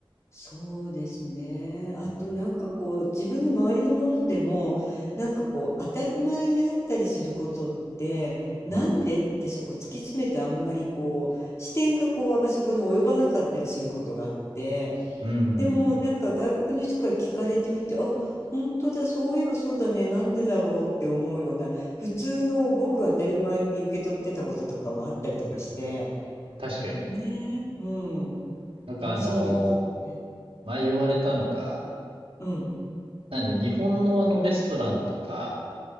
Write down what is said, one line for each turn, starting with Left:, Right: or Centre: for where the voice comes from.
Left: そうですね。あとなんかこう自分の周りのものでもなんかこう当たり前にあったりすることってなんでってそこ突き詰めてあんまりこう視点がこうあんまりそこに及ばなかったりすることがあって
Right: うん、うん、うん、
Left: でもなんか外国の人から聞かれてみてあ本当だそういえばそうだねなんでだろうって思うような普通のごく当たり前に受け取ってたこととかもあったりとかして
Right: 確かに。
Left: ねうん
Right: なんかあの
Left: 面白いですよね。
Right: 前言われたのが、
Left: うん
Right: なんで日本のあのレストランとか、